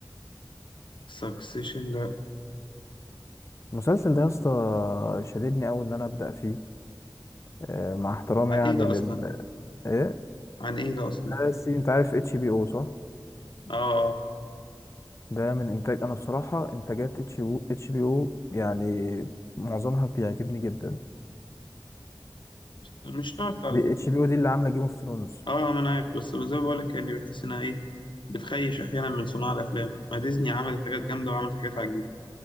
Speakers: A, on the left; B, on the left.
A: سكسيشن لا
B: المسلسل ده يا اسطى شددني قوي ان انا ابدا فيه أه مع احترامي
A: عن
B: يعني
A: ايه ده
B: لل
A: اصلا
B: ايه
A: عن ايه ده اصلا
B: آه، سي- انت عارف اتش بي او صح
A: اه آه.
B: ده من انتاج انا بصراحه انتاجات اتش بي اتش بي او يعني معظمها بيعجبني جدا
A: بس مش شرط على فكره
B: اتش بي او دي اللي عامله جيم اوف ثرونز
A: اه ما انا عارف بس زي ما بقول لك يعني بحس انها ايه بتخيش احيانا من صناع الافلام ما ديزني عملت حاجات جامده وعملت حاجات عجيبه